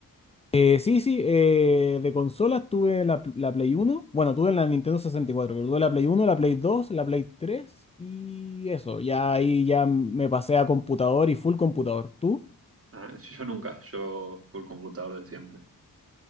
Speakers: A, on the left; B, on the right.
A: Eh, sí, sí, eh, de consolas tuve la, la Play Uno bueno, tuve la Nintendo sesenta y cuatro pero tuve la Play Uno la Play Dos la Play Tres y eso, ya ahí ya me pasé a computador y full computador. ¿Tú?
B: Ah, yo, yo nunca, yo el computador de siempre.